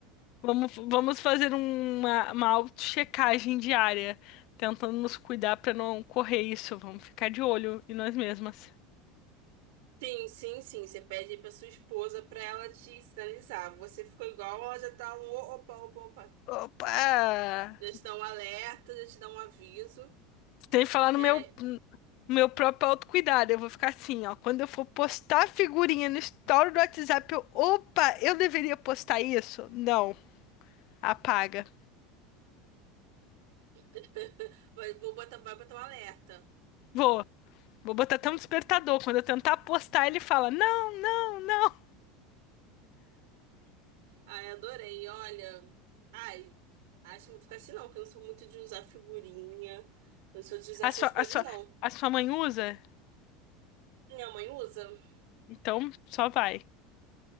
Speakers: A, on the left; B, on the right.
A: Vamos, vamos fazer uma, uma auto-checagem diária. Tentando nos cuidar para não correr isso. Vamos ficar de olho em nós mesmas.
B: Sim, sim, sim, você pede aí pra sua esposa pra ela te sinalizar. Você ficou igual, ela já tá um o- opa, opa, opa.
A: Opa!
B: Já te dá um alerta, já te dá um aviso.
A: Sem falar
B: Que
A: no
B: ai,
A: meu Meu próprio autocuidado. Eu vou ficar assim, ó. Quando eu for postar figurinha no story do WhatsApp, eu, opa, eu deveria postar isso? Não. Apaga.
B: <laughs> vai, vou botar, vai botar um alerta.
A: Vou. Vou botar até um despertador. Quando eu tentar postar, ele fala: Não, não.
B: Ai, adorei. Olha, ai, acho que não vou ficar assim não, que eu não sou muito de usar figurinha. Eu Não sou de usar
A: A
B: essas
A: sua,
B: coisas,
A: a sua,
B: não.
A: a sua mãe usa?
B: Minha mãe usa.
A: Então só vai.